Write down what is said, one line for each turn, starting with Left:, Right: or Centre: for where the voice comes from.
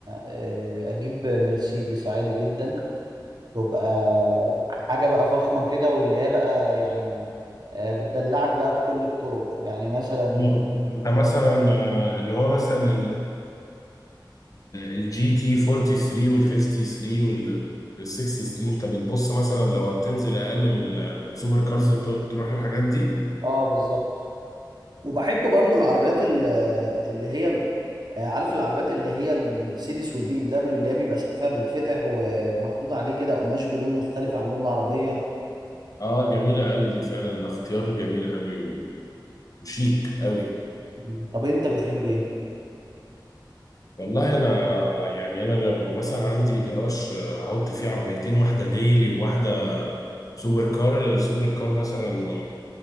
Right: آه، أجيب مرسيدس عادي جدا تبقى حاجة بقى فخمة كده واللي هي بقى يعني آه، بتدلعك بقى بكل الطرق يعني مثلا
Left: مم. انت مثلا آه، اللي هو مثلا الجي تي 43 وال 53 وال 63 انت بتبص مثلا لو هتنزل اقل من ال- من السوبر كارز تو- تروح الحاجات دي
Right: اه بالظبط وبحب برضو العربيات ال- اللي هي آه، عارف العربيات اللي هي المرسيدس والبي ام دبليو اللي هي بيبقى سقفها بيتفتح ومحطوط عليه كده قماش بلون مختلف عن لون العربية
Left: اه جميله قوي دي فعلا ده اختيار جميل قوي وشيك قوي
Right: مم. طب انت بتحب ايه؟
Left: والله انا يعني انا لو مثلا عندي جراج آه، هحط فيه عربيتين واحده ديلي وواحده سوبر كار السوبر كار مثلا